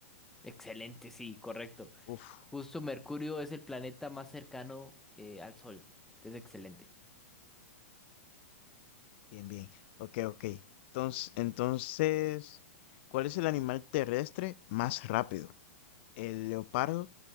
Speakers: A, in the centre; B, on the left.
A: Excelente, sí, correcto.
B: Uf,
A: Justo Mercurio es el planeta más cercano eh, al Sol. Es excelente.
B: bien, bien. Ok, ok. Entonces, entonces, ¿cuál es el animal terrestre más rápido? ¿El leopardo,